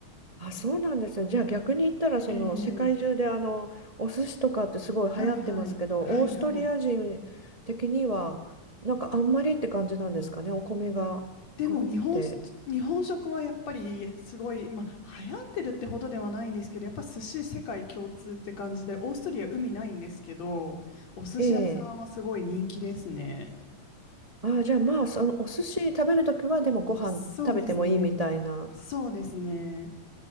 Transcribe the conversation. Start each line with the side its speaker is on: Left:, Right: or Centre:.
Right: あ、そうなんですね。じゃあ逆に言ったら、その世界中であのお寿司とかってすごい流行ってますけど、
Left: えー、はいはい。はいはい。
Right: オーストリア人的にはなんかあんまりって感じなんですかね。お米があって。
Left: でも日本し、日本食はやっぱりすごい、まあ、流行ってるってほどではないんですけど、やっぱ寿司世界共通って感じで、オーストリア海ないんですけど、お寿司屋さんはすごい人気ですね。
Right: ええ。あ、じゃあまあ、そのお寿司食べるときはでもご飯食べてもいいみたいな。
Left: そうですね。そうですね。